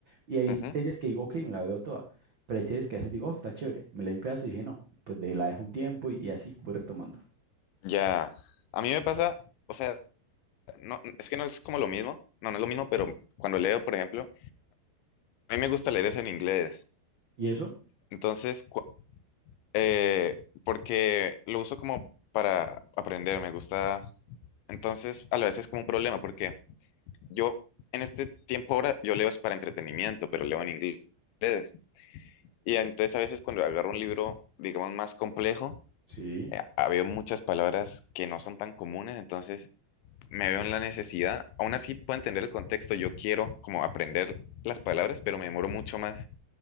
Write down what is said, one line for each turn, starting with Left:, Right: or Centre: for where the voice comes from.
Right: Y hay
Left: Ujú.
Right: series que digo, ok, me la veo toda. Pero hay series que a veces digo, oh, está chévere. Me la doy un pedazo y dije, no, pues de la dejo un tiempo y, y así voy retomando.
Left: Ya. A mí me pasa, o sea, no, es que no es como lo mismo, no, no es lo mismo, pero cuando leo, por ejemplo, a mí me gusta leer es en inglés,
Right: ¿Y eso?
Left: entonces, cu- eh, porque lo uso como para aprender, me gusta, entonces, a la vez es como un problema, porque yo en este tiempo ahora, yo leo es para entretenimiento, pero leo en inglés, y entonces a veces cuando agarro un libro, digamos, más complejo,
Right: Sí,
Left: eh, había muchas palabras que no son tan comunes, entonces me veo en la necesidad, aún así puedo entender el contexto, yo quiero como aprender las palabras, pero me demoro mucho más